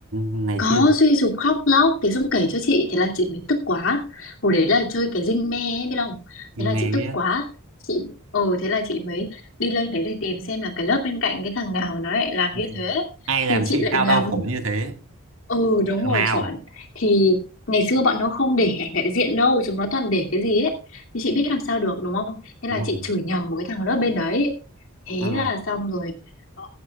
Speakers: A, on the right (about 65°); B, on the left (about 65°).
A: này
B: có
A: kia
B: suy sụp khóc lóc thế xong kể cho chị thế là chị mới tức quá hồi đấy là chơi cái dinh me ấy biết không
A: Mình
B: thế là
A: mày
B: chị
A: biết
B: tức quá chị ờ thế là chị mới đi lên đấy để tìm xem là cái lớp bên cạnh cái thằng nào nó lại làm
A: Ừ.
B: như thế
A: Ai làm
B: thì chị
A: chị
B: lại
A: tao
B: nhầm
A: đau khổ như thế?
B: Ừ đúng
A: Thằng
B: rồi
A: nào?
B: chuẩn Thì ngày xưa bọn nó không để ảnh đại diện đâu Chúng nó toàn để cái gì ấy Thì chị biết làm sao được đúng không Thế
A: đúng
B: là
A: không
B: chị chửi nhầm một cái thằng lớp bên đấy Thế
A: ờ
B: là xong rồi ờ,